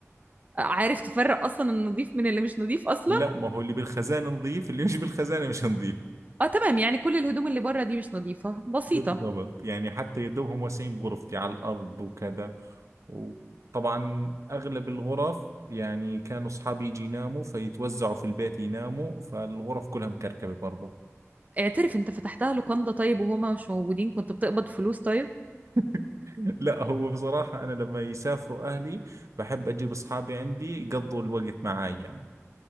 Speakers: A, on the right; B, on the right.
A: عارف تفرق اصلا النظيف من اللي مش نظيف اصلا
B: لا ما هو اللي بالخزانة نظيف اللي مش بالخزانة مش نظيف
A: اه تمام يعني كل الهدوم اللي بره دي مش نظيفة بسيطة
B: بالضبط يعني حتى يا دوبهم واسعين بغرفتي على الأرض وكذا وطبعا أغلب الغرف يعني كانوا أصحابي يجي يناموا فيتوزعوا في البيت يناموا فالغرف كلها مكركبة برضه
A: اعترف انت فتحتها لوكاندا طيب وهما مش موجودين كنت بتقبض فلوس طيب
B: <laughs> لا هو بصراحة أنا لما يسافروا أهلي بحب أجيب أصحابي عندي يقضوا الوقت معاي يعني